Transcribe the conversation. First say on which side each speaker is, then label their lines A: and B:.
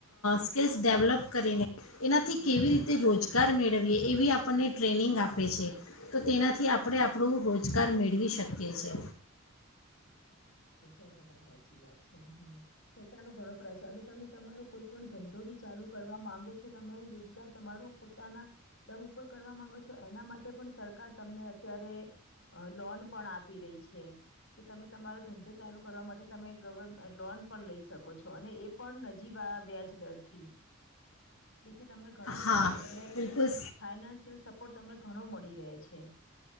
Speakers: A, on the left; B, on the left.
A: સ્કિલ્સ ડેવલપ કરીને એનાથી
B: હમ
A: કેવી રીતે રોજગારી કર મેળવીએ એવી આપણને ટ્રેનિંગ આપે છે. તો
B: હમ
A: તેનાથી આપણે
B: હમ.
A: આપણું રોજગાર મેળ કર શકે. ઓકે છે.
B: સાચી વાત છેથ સાચી વાત છે સરકાર નો ઘણો પ્રચાર અને તમે તમારો કોઈ પણ ધંધો બી ચાલુ કરવા માંગો છો તમે રોજગાર તમારો પોતાના દમ ઉપર કરવા માંગો છો એના માટે પણ સરકાર તમને અત્યારે લોન પણ આપે. તે રહી છે. કે તમે તમારો ધંધો ચાલુ કરવા માટે તમે ગવર્ લોન પણ લઈ શકો છો અને એ પણ નજીવા આ વ્યાજદરથી જેથી તમને ઘણો
A: હા
B: સપોર્ટ તમે
A: બિલકુલ
B: ફાઈનાન્શિયલ સપોર્ટ તમને ઘણો મળી રહે છે.